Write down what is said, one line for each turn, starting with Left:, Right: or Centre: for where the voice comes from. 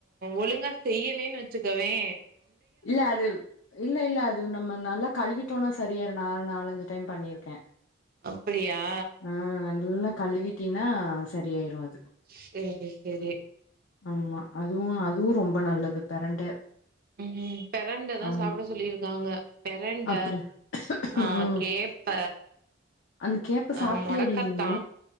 Right: ஒழுங்கா செய்யலேன் வச்சுக்கோவே
Left: இல்ல அது இல்ல இல்ல அது நம்ம நல்லா கழுவிட்டோனா சரியாய்ரு நானு நாலஞ்சு டைம் பண்ணிருக்கே
Right: அப்புடியா
Left: ஆ நல்லா கழுவிட்டீனா சரியாய்ரு அது
Right: சேரி சேரி
Left: ஆமா அதுவு அதுவு ரொம்ப நல்லது பெரண்ட
Right: ம் பெரண்டதா
Left: ஆமா
Right: சாப்ட சொல்லிருக்காங்க பெரண்ட
Left: அப்டி
Right: ஆ
Left: ம்
Right: கேப்ப
Left: அந்த கேப்ப
Right: அ
Left: சாப்ட்டியாடி
Right: மொடக்கத்தா
Left: நீனு